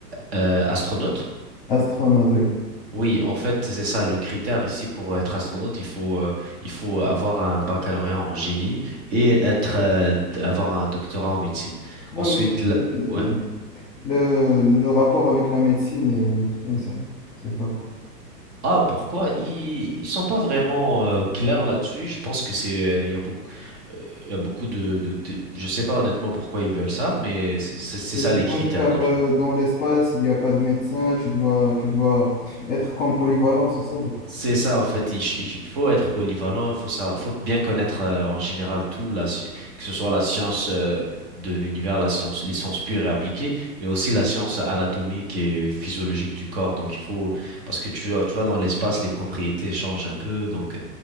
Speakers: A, on the right (about 40°); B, on the left (about 25°).
A: Euh, astronaute?
B: Astronaute, oui.
A: Oui, en fait, c'est ça, le critère ici pour être astronaute, il faut, euh, il faut avoir un baccalauréat en génie et être, euh, avoir un doctorat en médecine.
B: Non,
A: Ensuite,
B: mais
A: l-
B: euh,
A: ouais.
B: le, le rapport avec la médecine et, et ça, c'est pas. fou.
A: Ah, pourquoi? Ils, ils sont pas vraiment euh, clairs là-dessus. Je pense que c'est, euh, il y a beaucoup, il y a beaucoup de, de, de- je sais pas honnêtement pourquoi ils veulent ça, mais c'est c'est- c'est
B: Et
A: ça
B: je
A: les
B: pense
A: critères
B: car
A: dans le
B: euh,
A: fond.
B: dans l'espace, il n'y a pas de médecin, tu dois, tu dois être comme polyvalent, c'est ça, je pense.
A: C'est ça, en fait, il, il faut être polyvalent, il faut ça, faut bien connaître euh, en général tout, la, sci- que ce soit la science euh, de l'univers, la science, les sciences pures et appliquées, mais aussi la science anatomique et physiologique du corps. Donc il faut, parce que tu vois, tu vois dans l'espace, les propriétés changent un peu, donc euh,